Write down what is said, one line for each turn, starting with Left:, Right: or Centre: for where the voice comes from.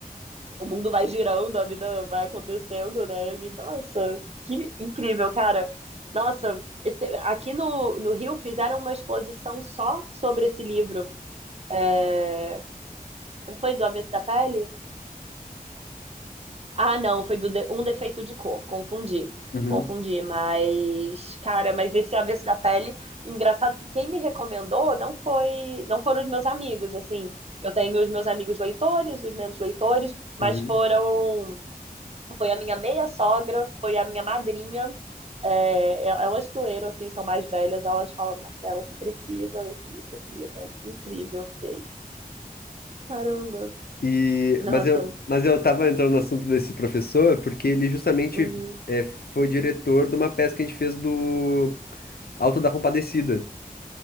Right: o mundo vai girando, a vida vai acontecendo, né? E, nossa, que incrível, cara. Nossa, e te- aqui no, no Rio fizeram uma exposição só sobre esse livro. É, Foi do Avesso da Pele? Ah, não, foi do de- um defeito de cor, confundi.
Left: Uhum,
Right: Confundi, mas cara, mas esse avesso da pele, engraçado que quem me recomendou não foi, não foram os meus amigos, assim, que eu tenho os meus amigos leitores, os menos leitores, mas
Left: uhum.
Right: foram, foi a minha meia sogra, foi a minha madrinha, é, el- elas que leram, assim, são mais velhas, elas falam, Marcela, você precisa ler esse livro, esse livro é incrível, eu fiquei, caramba,
Left: E,
Right: nossa,
Left: mas eu, mas eu tava entrando no assunto desse professor porque ele justamente
Right: uhum,
Left: é, foi diretor de uma peça que a gente fez do Alto da Compadecida.